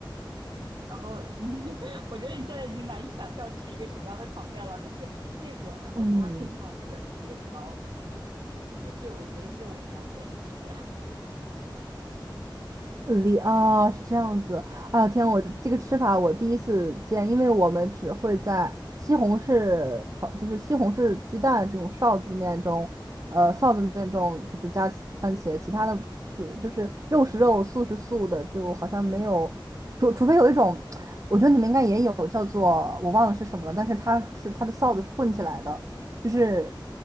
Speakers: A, on the right (about 65°); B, on the right (about 40°).
A: 然后你，<laughs> 我觉得你现在已经难以想象这是一个什么样的场面了。但是这个，然后搭配上那个野条，
B: 嗯
A: 这这是我觉得是我们阳泉一绝。
B: 里啊是这样子。哎呦天，我这个吃法我第一次见，因为我们只会在西红柿炒，就是西红柿鸡蛋这种臊子面中，呃，臊子面中就是加西番茄，
A: <laughs> 嗯
B: 其他的就就是肉是肉，素是素的，就好像没有，除除非有一种，我觉得你们应该也有叫做我忘了是什么了，但是它是它的臊子是混起来的，就是